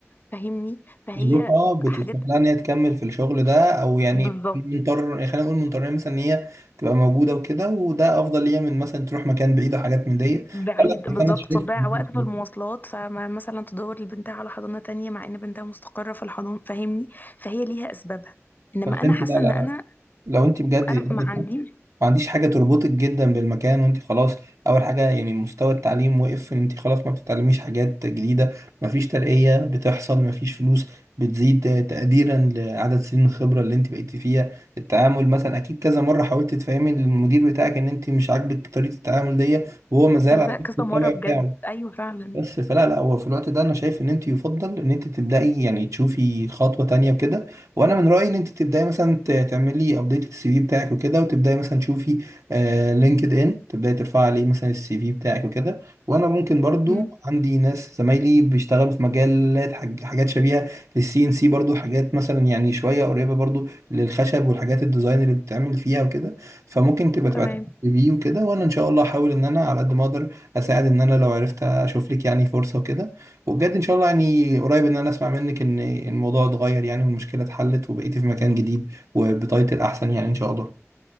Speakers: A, on the left; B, on the right.
A: فاهمني فهي
B: ظروفها بتسمح
A: حاجات
B: لها ان هي تكمل في الشغل ده او يعني
A: بالظبط
B: مضطر يعني خلينا نقول مضطرين مثلا ان هي تبقى موجودة وكده وده افضل ليها من مثلا تروح مكان بعيد وحاجات من دي لا
A: بعيد
B: لا بس
A: بالظبط
B: انا شايف
A: تضيع
B: ان
A: وقت في
B: انت
A: المواصلات فمثلا تدور لبنتها على حضانه تانية مع ان بنتها مستقره في الحضانه فاهمني فهي ليها اسبابها انما
B: بس
A: انا
B: انت
A: حاسه
B: لا لا
A: ان انا
B: لو انت بجد
A: انا ما عنديش
B: ما عنديش حاجة تربطك جدا بالمكان وانت خلاص أول حاجة يعني مستوى التعليم وقف ان انت خلاص ما بتتعلميش حاجات جديدة مفيش ترقية بتحصل مفيش فلوس بتزيد تقديرا لعدد سنين الخبرة اللي انت بقيتي فيها التعامل مثلا أكيد كذا مرة حاولت تفهمي للمدير بتاعك ان انت مش عاجبك طريقة التعامل دي وهو مازال
A: كذا
B: على
A: كذا
B: نفس الطبع
A: مره بجد
B: بتاعه
A: ايوه فعلا
B: بس فلا لا هو في الوقت ده انا شايف ان انت يفضل ان انت تبداي يعني تشوفي خطوه تانية وكده وانا من رايي ان انت تبداي مثلا ت- تعملي ابديت للسي في بتاعك وكده وتبداي مثلا تشوفي آه لينكد ان تبداي ترفعي عليه مثلا السي في بتاعك وكده وانا ممكن برضو
A: امم
B: عندي ناس زمايلي بيشتغلوا في مجالات حاج- حاجات شبيهه للسي ان سي برضو حاجات مثلا يعني شويه قريبه برضو للخشب والحاجات الديزاين اللي بتتعمل فيها وكده فمممم. فممكن تبقى تبعت
A: تمام
B: السي في وكده وانا ان شاء الله احاول ان انا على قد ما اقدر اساعد ان انا لو عرفت اشوف لك يعني فرصه وكده وبجد ان شاء الله يعني قريب ان انا اسمع منك ان الموضوع اتغير يعني والمشكله اتحلت وبقيتي في مكان جديد وبتايتل احسن يعني ان شاء الله